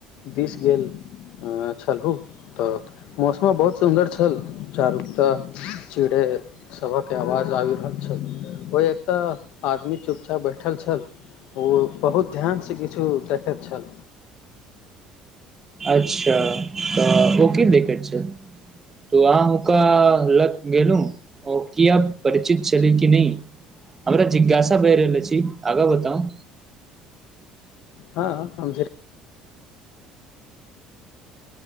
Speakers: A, on the left; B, on the right.
A: दिस गेल। अ छलहू तऽ मौसमो बहुत सुन्दर छल चारुक तऽ चिड़ै। सभक आवाज आबि रहल छल ओहि एक तऽ आदमी चुपचाप बैठल छल। ओ बहुत ध्यानसँ किछु देखैत छल।
B: अच्छा तऽ ओ की देखैत छल तो अहाँ हुनका लऽ गेलू। ओ किया परिचित छले कि नहि। हमरा जिज्ञासा बहि रहल अछि आगाँ बताउ।
A: हँ। हम फेर